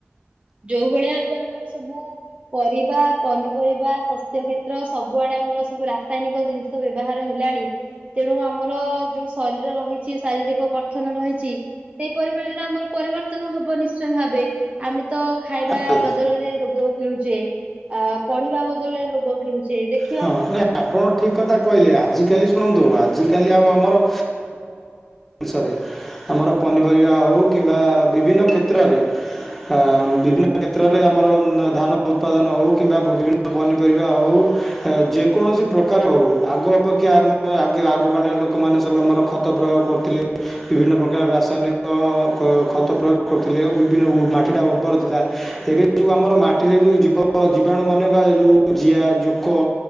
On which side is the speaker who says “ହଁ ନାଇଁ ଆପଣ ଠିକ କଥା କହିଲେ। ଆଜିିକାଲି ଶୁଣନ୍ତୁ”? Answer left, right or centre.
Centre